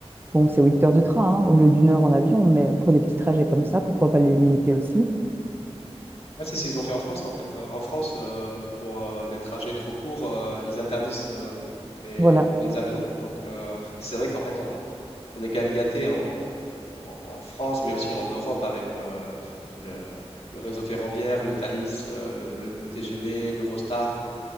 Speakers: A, on the right (about 20°); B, on the left (about 65°).
A: Bon, c'est 8 heures de train, hein, au lieu d'une heure en avion, mais pour des petits trajets comme ça, pourquoi pas les limiter aussi?
B: Ouais, c'est ce qu'ils ont fait en France, en fait. Euh, En France, euh, pour euh, des trajets trop courts, euh, ils interdisent euh, les,
A: Voilà,
B: les avions. Donc, euh, et c'est vrai qu'en fait, on, on est quand même gâté en, en, en France, mais aussi en Europe avec euh, le, le réseau ferroviaire, le Thalys, euh, le, le- le TGV, l'Eurostar.